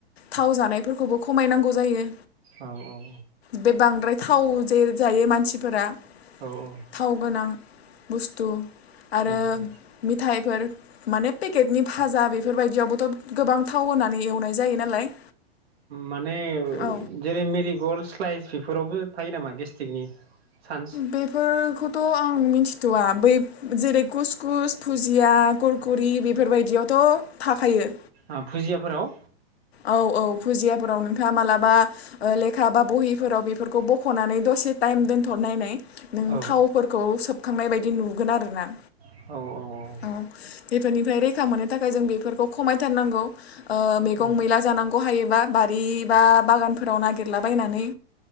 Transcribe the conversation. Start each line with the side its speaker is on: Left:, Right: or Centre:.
Left: थाव जानायफोरखौबो खमायनांगौ जायो
Right: औ औ
Left: बे बांद्राय थाव जे जायो मानसिफोरा
Right: औ औ
Left: थाव गोनां बुस्थु आरो
Right: उम
Left: मिथायफोर माने पेकेटनि भाजा बेफोरबायदियावबोथ' गोबां थाव होनानै एवनाय जायो नालाय
Right: माने
Left: औ
Right: जेरै मेरि गल्ड स्लाइस बेफोरावबो थायो नामा गेस्टिकनि चान्स
Left: बेफोरखौ थ' आं मिन्थिथ'वा बै जेरै कुसकुस फुरिउ करकुरि बेफोरबायदियावथ' थाखायो
Right: ओ भुजियाफोराव
Left: औ औ भुजियाफोराव नोंथाङा मालाबा- ओ लेखा बा बहिफोराव बेफोरखौ बख'नानै दसे टाइम दोनथ'नायनाय नों
Right: औ
Left: थावफोरखौ सोबखांनाय बायदि नुगोन आरो ना।
Right: औ औ औ
Left: औ बेफोरनिफ्राय रैखा मोननो थाखाय जों बेफोरखौ खमायथारनांगौ ओ मैगं
Right: उम
Left: मैला जानांगौ हायोबा बारि बा बागानफोराव नागिरलाबायनानै।